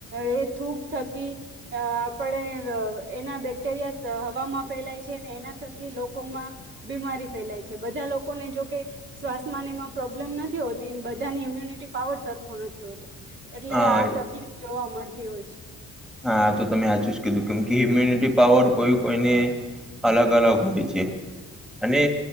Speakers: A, on the right (about 40°); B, in the centre.
A: એ થૂક થકી અ આપણે એના બેક્ટેરિયા હવામાં ફેલાય છે ને એના થકી લોકોમાં બીમારી ફેલાય છે. બધા લોકોને જોકે શ્વાસમાંને એમાં પ્રોબ્લેમ નથી હોતી બધાની ઈમ્યુનિટી પાવર સરખો નથી હોતો. એટલે
B: હા
A: આ તકલીફ જોવા મળ તી હોય છે.
B: હા તો તમે આ ચૂઝ કીધું કેમ કે હ્યુમ્યુનિટી પાવર કોઈ કોઈને અલગ અલગ હોય છે અને